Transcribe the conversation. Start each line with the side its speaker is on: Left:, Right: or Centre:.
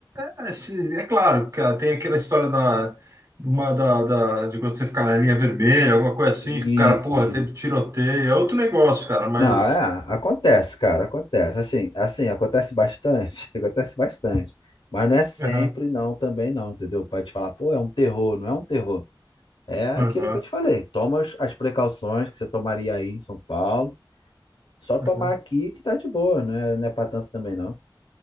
Right: É, se- é claro, cara, tem aquela história da, uma, da, da- de quando você ficar na linha vermelha, alguma coisa assim,
Left: Isso,
Right: que o cara, porra,
Left: isso.
Right: teve tiroteio, é outro negócio, cara, mas.
Left: Não, é, acontece, cara, acontece. Assim, assim, acontece bastante, <laughs> acontece bastante. Mas não é sempre,
Right: Aham,
Left: não, também não, entendeu? Pode te falar, pô, é um terror, não é um terror. É aquilo
Right: aham,
Left: que eu te falei. Toma as, as precauções que você tomaria aí em São Paulo. Só tomar
Right: aham.
Left: aqui que tá de boa, não é, não é pra tanto também, não.